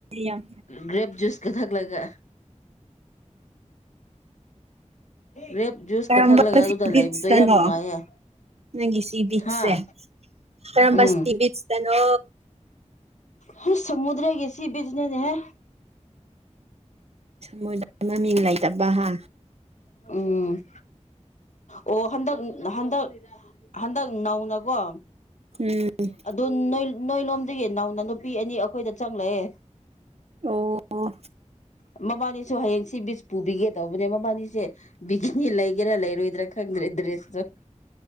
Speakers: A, on the right; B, on the left.
A: ꯌꯥꯝ
B: ꯒ꯭ꯔꯦꯞ ꯖꯨꯁꯀ ꯊꯛꯂꯒ ꯒ꯭ꯔꯦꯞ ꯖꯨꯁꯀ
A: ꯀꯔꯝꯕ
B: ꯊꯛꯂꯒ ꯑꯗꯨꯗ
A: ꯁꯤ ꯕꯤꯠꯁꯇꯅꯣ
B: ꯂꯩꯕꯗꯣ ꯌꯥꯝ ꯅꯨꯡꯉꯥꯏꯌꯦ
A: ꯅꯪꯒꯤ ꯁꯤ ꯕꯤꯠꯁꯦ
B: ꯍꯥꯥ
A: ꯀꯔꯝꯕ
B: ꯎꯝ
A: ꯁꯤ ꯕꯤꯠꯁꯇꯅꯣ
B: ꯍꯁ ꯁꯃꯨꯗ꯭ꯔꯒꯤ ꯁꯤ ꯕꯤꯆꯅꯤꯅꯦꯍꯦ
A: ꯃꯣꯏꯗ ꯃꯃꯤꯡ ꯂꯩꯇꯕ ꯍꯥ
B: ꯎꯝ ꯑꯣ ꯍꯟꯗꯛ ꯍꯟꯗꯛ ꯍꯟꯗꯛ ꯅꯧꯅꯀꯣ
A: ꯎꯝ
B: ꯑꯗꯨ ꯅꯣꯏ ꯅꯣꯏ ꯂꯣꯝꯗꯒꯤ ꯅꯧꯅ ꯅꯨꯄꯤ ꯑꯅꯤ ꯑꯩꯈꯣꯏꯗ ꯆꯪꯂꯛꯑꯦ
A: ꯑꯣ
B: ꯃꯕꯥꯅꯤꯁꯨ ꯍꯌꯦꯡ ꯁꯤ ꯕꯤꯆ ꯄꯨꯕꯤꯒꯦ ꯇꯧꯕꯅꯦ ꯃꯕꯥꯅꯤꯁꯦ ꯕꯤꯒꯤꯅꯤ ꯂꯩꯒꯦꯔꯥ ꯂꯩꯔꯣꯏꯗ꯭ꯔꯥ ꯈꯪꯗ꯭ꯔꯦ ꯗ꯭ꯔꯦꯁ ꯇꯣ